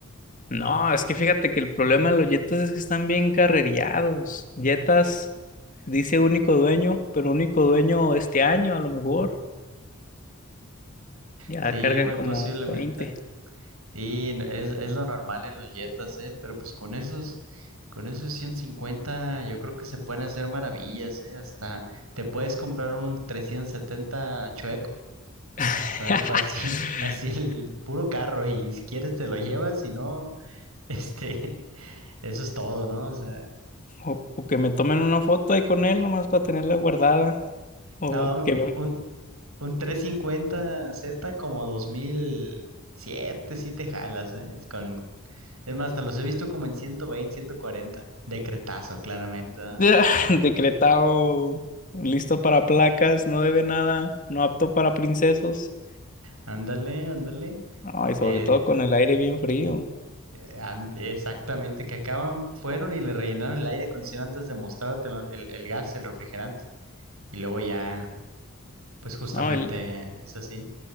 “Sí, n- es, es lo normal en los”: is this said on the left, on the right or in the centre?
Right